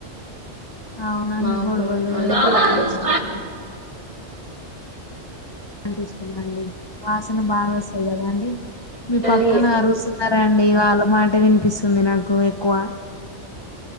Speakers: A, on the left; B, on the right.
A: అవునండి
B: మాకు
A: గొడవలు
B: మల్లె పూల్లేస్
A: అన్ని అయితున్నాయి అంటి ఇష్టమండి వాసన బాగా వస్తాయి కదాండి మీ పక్కన
B: ఉమ్
A: అరుస్తున్నారాండి వాళ్ళ మాట వి పిస్తుంది నాకు ఎక్కువ